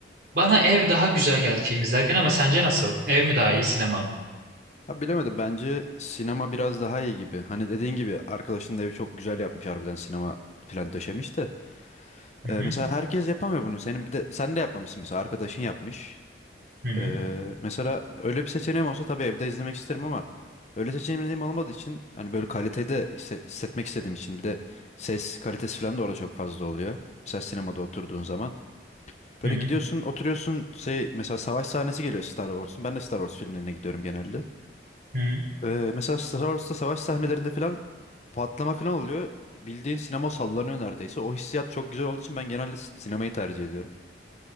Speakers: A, on the right; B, on the left.
A: bana ev daha güzel geldi film izlerken ama sence nasıl? Ev mi daha iyi sinema mı?
B: Ha bilemedim bence sinema biraz daha iyi gibi. Hani dediğin gibi arkadaşın da evi çok güzel yapmış harbiden sinema falan döşemiş de.
A: Hı
B: Ee,
A: hı,
B: mesela herkes yapamıyor bunu. Senin bir de sen de yapmamışsın mesela arkadaşın yapmış.
A: hı hı,
B: Ee, mesela öyle bir seçeneğim olsa tabii evde izlemek isterim ama öyle seçeneğim olmadığı için hani böyle kalitede hisse- hissetmek istediğim için bir de ses kalitesi falan da orada çok fazla oluyor. Mesela sinemada oturduğun zaman. Böyle
A: hı hı,
B: gidiyorsun, oturuyorsun, şey, mesela savaş sahnesi geliyor Star Wars'un. Ben de Star Wars filmlerine gidiyorum genelde.
A: hı hı.
B: Ee, mesela Star Wars'ta savaş sahnelerinde falan patlama falan oluyor. Bildiğin sinema sallanıyor neredeyse. O hissiyat çok güzel olduğu için ben genelde si- sinemayı tercih ediyorum.